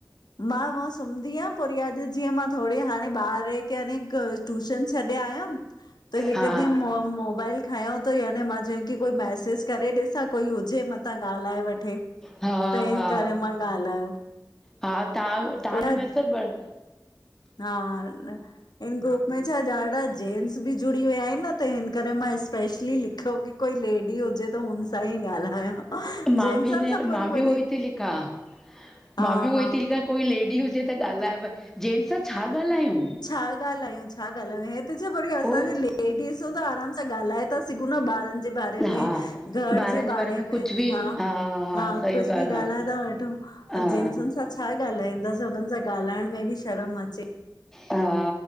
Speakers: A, on the left (about 70°); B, in the centre.
A: मां वअ सुमंदी आहियां पो वरी अॼु जीअं मां थोरी हाणे ॿार खे हने हिकु टूशन छॾे आयमि त हिकु
B: हा
A: ॾींहुं मो मोबाइल खयों त यानी मां चयो की कोई मैसेज करे ॾिसां कोई हुजे म तां ॻाल्हाए वठे।
B: हा-
A: त
B: हा।
A: इन करे मां ॻाल्हायो।
B: हा, तव्हां तव्हांजो
A: पोइ
B: मैसेज भर
A: हा, हिन ग्रुप मुं छा ॾाढा जेनट्स बि जुड़ी विया आहिनि न त हिन करेे मां स्पेशली लिखियो कि कोई लेडी हुजे त हुन सां ई ॻाल्हायां।
B: मां
A: जेंट्सनि
B: बि न
A: सां पोइ
B: मां
A: वरी
B: बि
A: वरी
B: उहोई ती लिखां
A: हा
B: मां बि उहोई
A: हा
B: ती लिखां कोई लेडी हुजे त ॻाल्हाइव, जेंट्स सां छा ॻाल्हायूं?
A: छा ॻाल्हायूं, छा ॻाल्हायूं, हे त छा वरी असांजे
B: उहोई
A: लेडिसूं त आराम सां ॻाल्हाए ता सघूं न ॿारनि जे बारे में
B: हा
A: घर
B: ॿारनि
A: जे बारे में
B: कुझु बि
A: हा- हा
B: सही
A: कुछ
B: ॻाल्हि
A: बि
B: आहे
A: ॻाल्हाए ता वठूं।
B: हा
A: जेन्ट्सनि सां छा ॻाल्हाईंदासीं हुननि सां ॻाल्हाइण में बि शर्म अचे।
B: हा हा